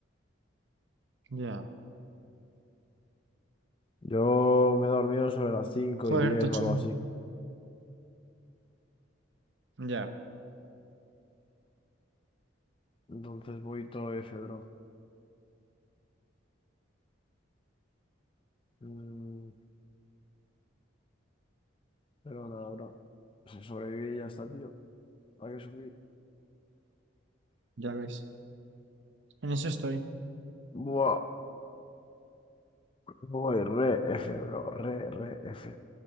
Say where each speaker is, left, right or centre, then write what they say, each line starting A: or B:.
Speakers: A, on the right (about 65°); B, on the left (about 25°).
A: Ya.
B: Yo me he dormido sobre las cinco
A: Joder,
B: y diez
A: todo chungo.
B: o algo así.
A: Ya,
B: Entonces voy todo F, bro. Mm, pero nada, bro. Si sobreviví y ya está, tío. ¿Para qué sufrir?
A: ya ves. En eso estoy.
B: Buah, voy re F, bro. Re, re F.